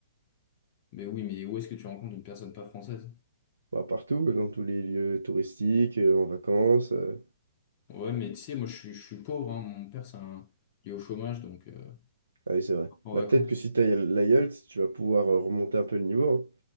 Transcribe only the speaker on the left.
Mais oui, mais où est-ce que tu rencontres une personne pas française?
Ouais, mais tu sais, moi, je suis, je suis pauvre, hein. Mon père, c'est un... il est au chômage, donc euh,
en
vacances.